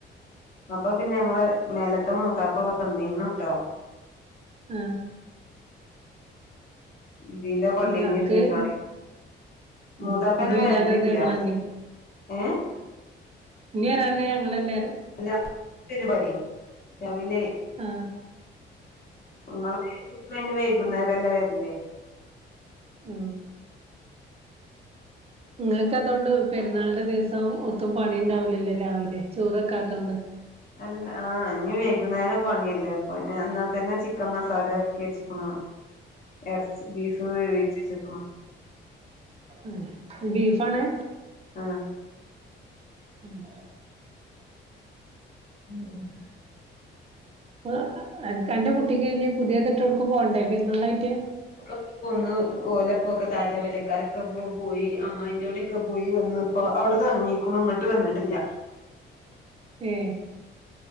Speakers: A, on the left; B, on the right.
A: അപ്പം പിന്നെ ഞങ്ങള് മേലത്തെ മൂത്താപ്പ വന്നീന്നുട്ടോ
B: ആ
A: ഇതീലെ പള്ളീന്നിര്ഞ്ഞിക്കാണെ
B: ഏഹ് അവ്ട്ക്ക് ഉം
A: മൂതാപ്പെന്നും
B: ഇനി വരാള്ളത്
A: വെര്ലില്ല
B: ഞങ്ങളല്ലേ
A: ഏ
B: ഇഞ് വെരാള്ളെ ഞങ്ങളല്ലേ പറിയ
A: <unintelligible>
B: ആ
A: നിങ്ങള് ഇപന്നെ വെര് കുന്നേരല്ലെ വെര്ല്
B: ആ ഇങ്ങക്കതോണ്ട് പെരുന്നാളിൻ്റെ ദീസം ഒത്തും പണി ഉണ്ടാവുല്ലല്ലൊ രാവിലെ ചോറെക്കാത്തതോണ്ട്
A: അല്ല ആ ഇഞ് വൈകുന്നേരം പണിയല്ലേ അപ്പൊ ഞാ ന്നാ തന്നെ ചിക്കൻ മസാലെര്ട്ടി വെച്ച്ക്ക്ണു എർച്ചി ബീഫും വേവിച്ചെച്ച്ക്ക്ണു
B: ഏ ബീഫാണ്
A: ആഹ്
B: മ്മ്
A: മ്മ് മ്മ്
B: അപോ അൻക്ക് അന്റെ കുട്ടികയ്ന് പുത്യേത്ട്ടെവുട്കും പോണ്ടെ പെര്ന്നാളായിറ്റ്
A: ഓളൊകെപൊന്ന് ഓലെപ്പൊകെ തായത്തേപെരകാരക്കൊപ്പം പോയി അമ്മായിൻ്റോടിയൊകെ പോയി വെന്ന്പോ അവുടെ തങ്ങീകുണു ങ്ങട്ട് വെന്ന്ട്ട്ല്ല
B: ഐ